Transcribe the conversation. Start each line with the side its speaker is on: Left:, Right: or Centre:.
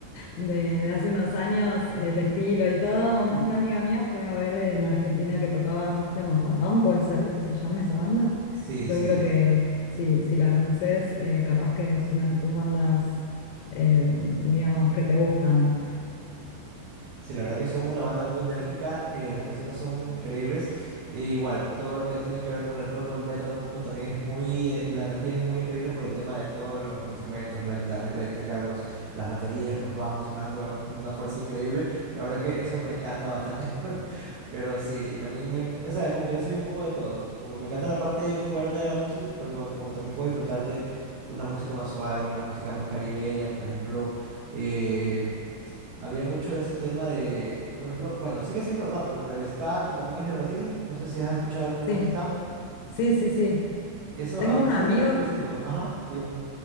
Left: de, de hace unos años, el estilo y todo. Una amiga mía fue a ver en Argentina que tocaba System of a Down, puede ser que se llame esa banda.
Right: sí,
Left: Seguro
Right: sí.
Left: que si, si la conoces, eh, capaz que es una de tus bandas, eh, digamos, que te gustan.
Right: Sí, la verdad que son una banda muy enérgica, eh, las canciones son increíbles, e igual, todo lo que tiene que ver con el rock o el metal un poco también es muy, eh, la energía es muy increíble por el tema de todos los instrumentos, la guitarra eléctrica, los, las baterías, los bajos sonando a una fuerza increíble, la verdad que eso me encanta bastante, <laughs> pero sí, también me, en- o sea, es como que yo soy un poco de todo, como me encanta la parte fuerte de la música, pero con- como también puedo disfrutarte una música más suave, una música más caribeña, por ejemplo eh, había mucho de ese tema de, por ejemplo, bueno, sigue siendo rápido, pero el ska, que también es de Brasil, no sé si has escuchado alguna
Left: Sí,
Right: vez ska.
Left: sí, sí, sí.
Right: Eso,
Left: Tengo
Right: a pesar
Left: un amigo,
Right: de que sigue siendo, ajá, digo,